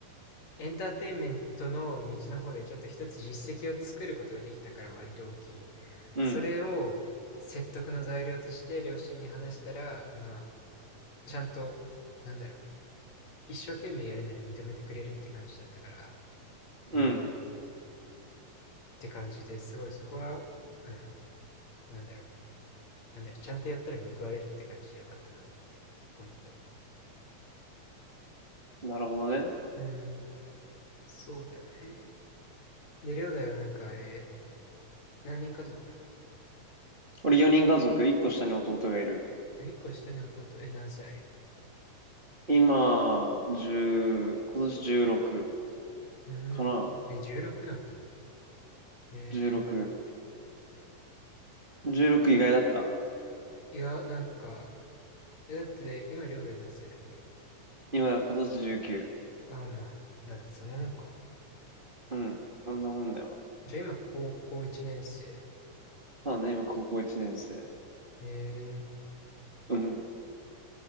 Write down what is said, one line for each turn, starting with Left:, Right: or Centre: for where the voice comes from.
Left: エンターテインメントの道の方でちょっと一つ実績を作ることができたから割と大きい。
Right: うん、
Left: それを説得の材料として両親に話したら、まあ、ちゃんと、なんだろう、一生懸命やるなら認めてくれるって感じだったから、
Right: うん。
Left: まあ、って感じですごいそこは、うん、なんだろう、なんだろう、ちゃんとやったら報われるって感じでよかったなって思った。
Right: なるほどね。
Left: うん、そうだね。で、りょうだいはなんかあれ、何人家族なんだ
Right: 俺4人家族、1個下に弟がいる。
Left: あ、一個下に弟、え、何歳
Right: 今、10、今年16
Left: うーん。
Right: かな
Left: え、16なんだ。え
Right: ?16。16意外だった
Left: ー、いや、なんか、え、だって、今、両弟何歳だっけ
Right: 今、今年19。
Left: あ、まあ、まあでもそんなもんか。
Right: うん。そんなもんだよ。
Left: じゃあ今、高校1年生。
Right: まあね、今高校1年生。
Left: え
Right: うん。